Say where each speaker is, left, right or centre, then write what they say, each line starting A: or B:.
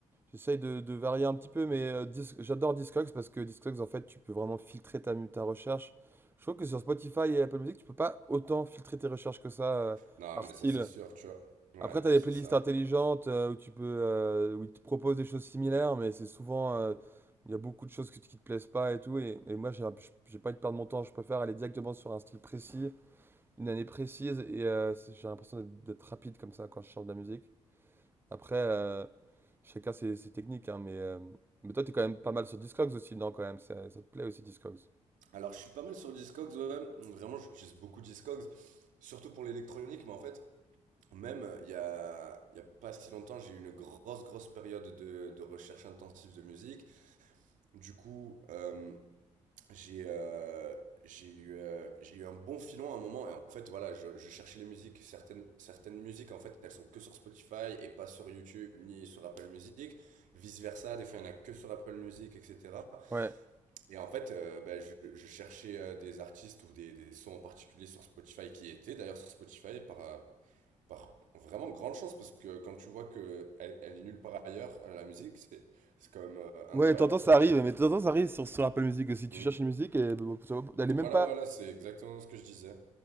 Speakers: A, on the right; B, on the right.
A: j'essaye de, de varier un petit peu, mais euh, Dis- j'adore Discogs parce que Discogs, en fait, tu peux vraiment filtrer ta, mu- ta recherche. Je trouve que sur Spotify et Apple Music, tu peux pas autant filtrer tes recherches que ça euh,
B: Non,
A: par
B: mais
A: style.
B: ça c'est sûr, tu vois. Ouais,
A: Après, tu as des
B: c'est
A: playlists
B: ça.
A: intelligentes euh, où tu peux, euh, où ils te proposent des choses similaires, mais c'est souvent, euh, il y a beaucoup de choses qui, qui te plaisent pas et tout. Et, et moi, j'ai un- j'ai pas envie de perdre mon temps. Je préfère aller directement sur un style précis, une année précise, et euh, c'est- j'ai l'impression d'être d'être rapide comme ça quand je cherche de la musique. Après, euh, chacun ses, ses techniques, hein, mais, euh, mais toi, t'es quand même pas mal sur Discogs aussi, non, quand même, ça, ça te plaît aussi Discogs.
B: Alors, je suis pas mal sur Discogs, ouais. Vraiment, j'utilise beaucoup Discogs, surtout pour l'électronique, mais en fait. Même, euh, il y a, il y a pas si longtemps, j'ai eu une grosse, grosse période de, de recherche intensive de musique. Du coup, euh, j'ai euh, j'ai eu, euh, j'ai eu un bon filon à un moment. Et en fait, voilà, je, je cherchais les musiques. Certaines, certaines musiques, en fait, elles sont que sur Spotify et pas sur YouTube ni sur Apple Music. Vice-versa, des fois, il y en a que sur Apple Music, etc.
A: Ouais.
B: Et en fait, euh, ben, je, je cherchais euh, des artistes ou des, des sons en particulier sur Spotify qui étaient d'ailleurs sur Spotify par, euh, par vraiment grande chance parce que quand tu vois que elle, elle est nulle part ailleurs, euh, la musique, c'est c'est quand même euh, incroyable.
A: Ouais, t'entends, ça arrive, mais t'entends, ça arrive sur, sur Apple Music aussi. Tu
B: Mm.
A: cherches une musique et euh, ça va- elle est même
B: Voilà,
A: pas.
B: voilà, c'est exactement ce que je disais.